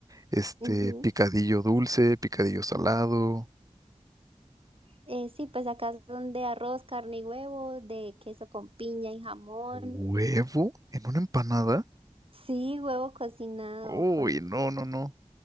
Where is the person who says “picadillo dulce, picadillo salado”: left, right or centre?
Right